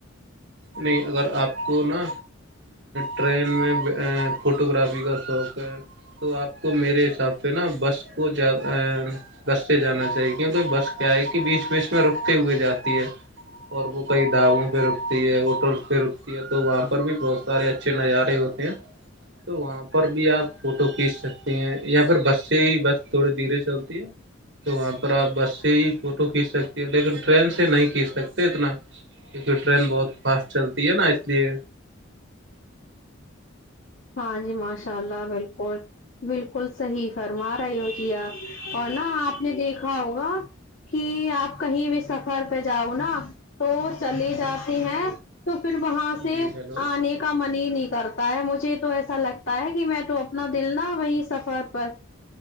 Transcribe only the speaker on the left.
ہاں جی ماشاء اللہ بالکل بالکل صحیح فرما رہے ہو جی آپ اور نا آپ نے دیکھا ہوگا کہ آپ کہیں بھی سفر پہ جاؤ نا تو چلے جاتے ہیں تو پھر وہاں سے
آنے کا من ہی نہیں کرتا ہے مجھے تو ایسا لگتا ہے کہ میں تو اپنا دل نہ وہیں سفر پر